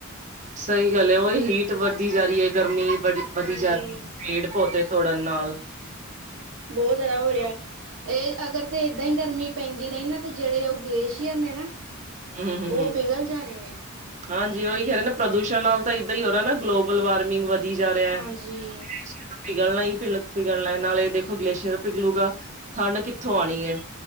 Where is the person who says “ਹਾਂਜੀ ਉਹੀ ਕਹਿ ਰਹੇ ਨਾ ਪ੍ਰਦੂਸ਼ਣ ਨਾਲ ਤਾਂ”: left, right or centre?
Right